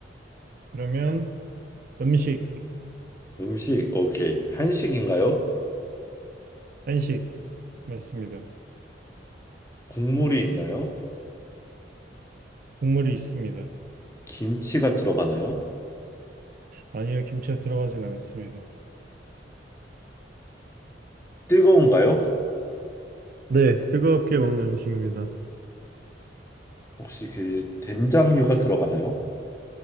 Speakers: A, on the right; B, on the left.
A: 그러면 음식
B: 음식 오케이 한식인가요?
A: 한식 맞습니다.
B: 국물이 있나요?
A: 국물이 있습니다.
B: 김치가 들어가나요?
A: 아니요 김치가 들어가진 않습니다.
B: 뜨거운가요?
A: 네, 뜨겁게 먹는 음식입니다.
B: 혹시 그 된장류가 들어가나요?